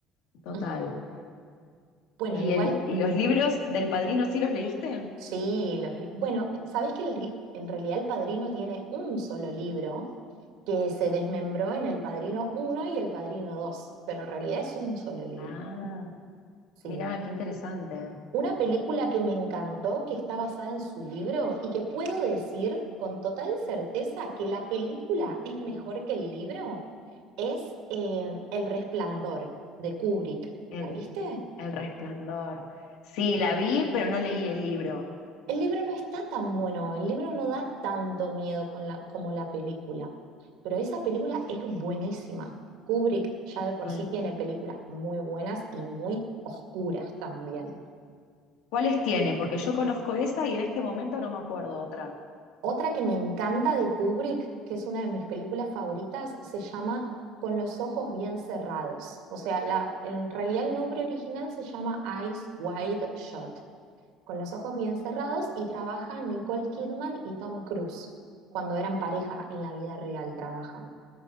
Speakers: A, on the left; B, on the right.
A: total.
B: <laughs> Bueno,
A: ¿Y,
B: igual,
A: el, y los libros del padrino sí los leíste?
B: sí, los li- Bueno, ¿sabés que el ri- en realidad El Padrino tiene un solo libro que se desmembró en El Padrino uno y El Padrino dos, Pero en realidad es un solo libro.
A: Ah,
B: Sí.
A: mirá, qué interesante.
B: Una película que me encantó, que está basada en su libro y que puedo decir con total certeza que la película es mejor que el libro, es eh, El Resplandor de Kubrick.
A: El,
B: ¿La viste?
A: El Resplandor. Sí, la vi, pero no leí el libro.
B: El libro no está tan bueno, el libro no da tanto miedo con la- como la película, pero esa película es buenísima. Kubrick ya de por
A: Con-
B: sí tiene películas muy buenas y muy oscuras también.
A: ¿Cuáles tiene? Porque yo conozco esa y en este momento no me acuerdo otra.
B: Otra que me encanta de Kubrick, que es una de mis películas favoritas, se llama Con los ojos bien cerrados. O sea, la, en realidad el nombre original se llama Eyes Wide Shut, con los ojos bien cerrados, y trabaja Nicole Kidman y Tom Cruise. Cuando eran pareja en la vida real trabajan.